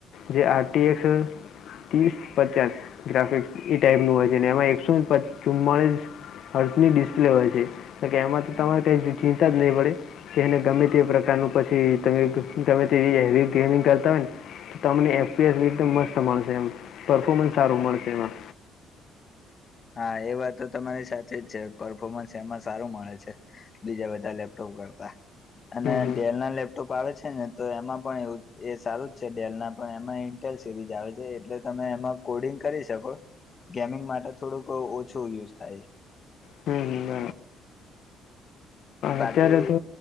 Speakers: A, on the left (about 60°); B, on the left (about 30°).
A: જે આરટીએસ. ત્રીસ પચાસ ગ્રાફિક એ ટાઈપ નું હોય છે એમાં એકસો ચુમમાળસ. હર્ષની ડિસ્પ્લે હોય છે તો કે એમાં તો તમારે કઈ ચિંતા જ નહીં પડે. કે એને ગમે તે પ્રકારનું પછી તમે ગમે તે હ ગેમિંગ કરતા હોય ને. તમને એફપીએસ રીતે મસ્ત મળશે એમ પરફોમન્સ સારું મળશે એમાં.
B: હા એ વાત તો તમારી સાચી જ છે પરફોર્મન્સ એમાં સારું મળે છે. બીજા બધા લેપટોપ કરતા અને
A: હમ હમ
B: ડેલ ના લેપ. ોપ આવે છે ને તો એમાં પણ એ સારું જ છે ડેલ ના પણ એમાં ઇન્ટેલ સિરીઝ આવે છે એટલે તમે એમાં. કોડિંગ કરી શકો ગેમિંગ માટે થોડુંક ઓછું યુઝ થાય.
A: હમ
B: બાકી
A: અત્યારે તો.